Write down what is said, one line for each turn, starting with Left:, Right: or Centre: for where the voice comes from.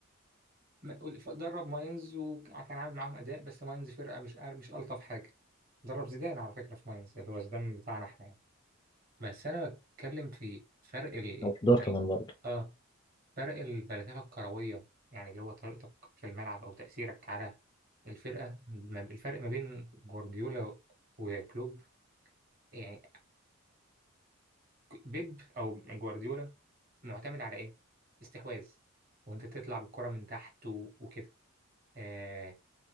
Right: م- درب ماينز وكان كان عامل معاهم اداء بس ماينز فرقه مش قار- مش الطف حاجه درب زيدان على فكره في ماينز اللي هو زيدان بتاعنا احنا يعني بس انا بتكلم في فرق ال
Left: او في دورتموند
Right: ال-
Left: برضه
Right: اه فرق الفلسفة الكروية يعني اللي هو طريقتك في الملعب أو تأثيرك على الفرقة ما- الفرق ما بين جوارديولا وكلوب يعني بيب أو جوارديولا معتمد على إيه؟ استحواذ وأنت تطلع بالكرة من تحت و- وكده آه